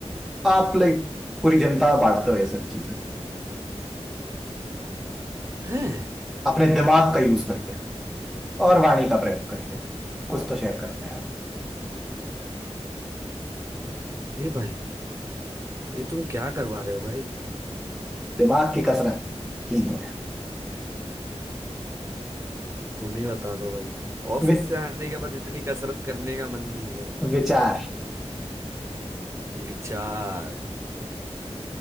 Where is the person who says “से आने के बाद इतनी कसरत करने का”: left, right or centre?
Right